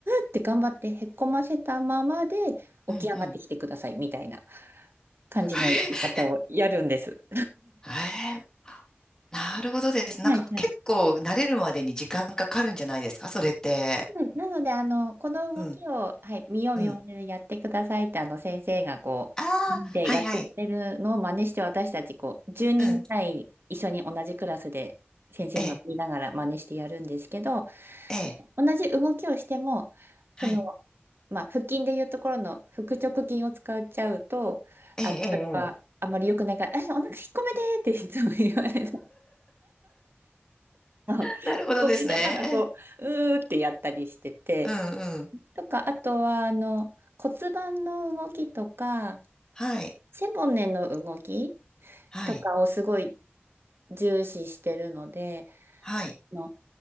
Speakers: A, on the right; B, on the left.
A: って頑張ってへっこませたままで
B: うん、
A: 起き上がってきてくださいみたいな
B: うん。<laughs>
A: 感じのやり方をやるんです。
B: ええ、へえ、なるほどです。なんか結構慣れるまでに時間かかるんじゃないですか、
A: はい、はい。
B: それって。
A: うんなので、あの、この動きを、
B: うん、
A: はい、見よう見まねでやってくださいって、
B: うん。
A: あの、先生がこう、
B: ああ、
A: で、
B: はい、
A: やってくれるのを真似して、
B: はい。
A: 私たち、こう、10人ぐらい一緒に同じクラスで、
B: うん、
A: 先生の見ながら真似してやるんですけど、
B: ええ、ええ、
A: 同じ動きをしても、その、
B: はい。
A: まあ、腹筋でいうところの腹直筋を使っちゃうと、
B: ええ、
A: あの、
B: ええ、ええ
A: それはあまり良くないから、あ、お腹引っ込めてっていつも言われるあの。引
B: なるほどですね。
A: っ込めながらこう、うーってやったりしてて。
B: うん、うん。
A: とか、あとは、あの、骨盤の動きとか、
B: はい、
A: 背骨の動き
B: はい、
A: とかをすごい重視してるので、
B: はい、
A: あの、